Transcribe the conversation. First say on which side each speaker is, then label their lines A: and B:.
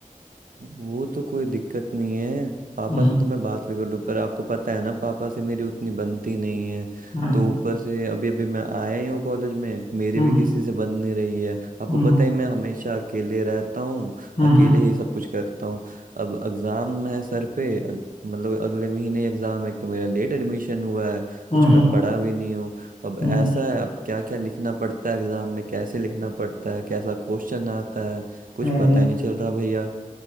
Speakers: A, on the right; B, on the left.
A: वो तो कोई दिक्कत नहीं है पापा
B: हम्म
A: से तो मैं बात भी कर लूँ पर आपको पता है ना पापा से मेरी उतनी बनती नहीं है
B: हम्म
A: तो ऊपर से अभी अभी मैं आया ही हूँ कॉलेज में मेरी
B: हम्म
A: भी किसी से बन नहीं रही है आपको
B: हम्म
A: पता है मैं हमेशा अकेले रहता हूँ
B: हम्म
A: अकेले
B: हम्म
A: ही सब कुछ करता हूँ अब एग्ज़ाम है सर पे अग, मतलब अगले महीने एग्ज़ाम एक तो मेरा लेट एडमिशन हुआ है कुछ
B: हम्म
A: मैं पढ़ा भी नहीं हूँ अब
B: हम्म
A: ऐसा है अब क्या क्या लिखना पड़ता है एग्ज़ाम में कैसे लिखना पड़ता है कैसा क्वेश्चन आता है कुछ
B: हम्म,
A: पता
B: हम्म।
A: ही नहीं चल रहा भैया